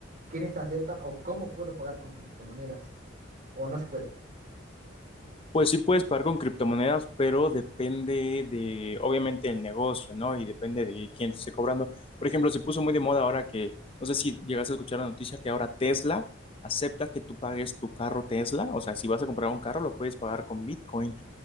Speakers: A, on the right; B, on the left.
A: quiénes aceptan o cómo puedo pagar con criptomonedas o no se puede.
B: Pues sí puedes pagar con criptomonedas, pero depende de, obviamente, el negocio, ¿no? Y depende de quién te esté cobrando. Por ejemplo, se puso muy de moda ahora que, no sé si llegaste a escuchar la noticia que ahora Tesla acepta que tú pagues tu carro Tesla. O sea, si vas a comprar un carro, lo puedes pagar con Bitcoin.